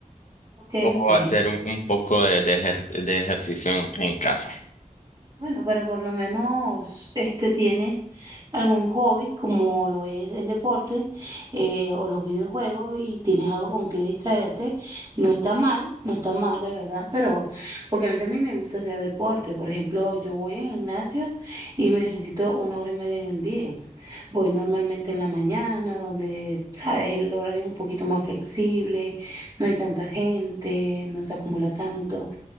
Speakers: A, on the right; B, on the left.
A: Ok,
B: o
A: ok.
B: hacer un, un poco de, de ejer- de ejercicio en en casa.
A: Bueno, pero por lo menos este tienes algún hobby como lo es el deporte eh, o los videojuegos y tienes algo con que distraerte. No está mal, no está mal de verdad, pero porque a mí también me gusta hacer deporte. Por ejemplo, yo voy al gimnasio y me ejercito una hora y media en el día. Voy normalmente en la mañana, donde, sabes, el horario es un poquito más flexible, no hay tanta gente, no se acumula tanto.